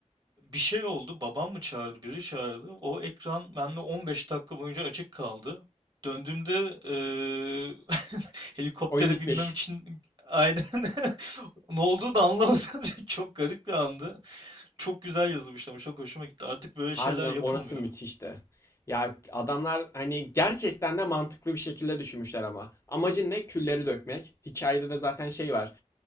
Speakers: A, on the right (about 35°); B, on the left (about 25°).
A: bir şey oldu. Babam mı çağırdı, biri çağırdı. O ekran bende 15 dakika boyunca açık kaldı. Döndüğümde eee, <laughs> helikoptere
B: Oyun bitmiş.
A: binmem için aynen <laughs> ne olduğunu da anlamadım. <laughs> Çok garip bir andı. Çok güzel yazılmış ama çok hoşuma gitti. Artık böyle
B: Harbiden
A: şeyler yapılmıyor.
B: orası müthişti. Ya adamlar hani gerçekten de mantıklı bir şekilde düşünmüşler ama. Amacın ne? Külleri dökmek. Hikayede de zaten şey var.